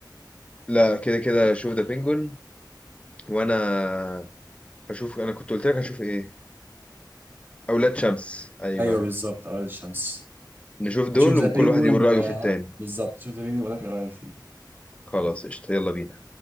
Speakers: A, on the left; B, on the right.
A: لا كده كده شوف ذا بينجون وانا هشوف انا كنت قلت لك هشوف ايه اولاد شمس ايوه
B: ايوه بالظبط اول الشمس
A: نشوف دول
B: هشوف ذا
A: وكل
B: بينجوين
A: واحد يقول رايه
B: و
A: في التاني
B: بالظبط شوف ذا بينجوين ولا ايه رايك فيه
A: خلاص قشطه يلا بينا